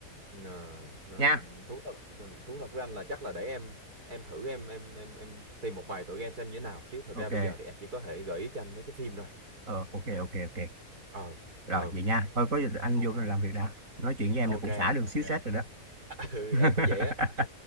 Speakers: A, on the right; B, on the right.
A: Ờ, ờ,
B: nha
A: thú thật ừ, thú thật với anh là chắc là để em em thử em em em em tìm một vài tựa game xem như thế nào chứ thật
B: ok
A: ra bây giờ thì em chỉ có thể gợi ý cho anh mấy cái phim thôi
B: ờ ok
A: đấy
B: ok ok
A: ờ
B: rồi
A: ờ
B: vậy nha thôi có gì anh
A: ok
B: vô làm việc đã nói chuyện với em
A: ok
B: là cũng xả
A: anh
B: được
A: ok
B: xíu stress rồi đó
A: <laughs> ừ
B: <laughs>
A: em cũng vậy á <laughs>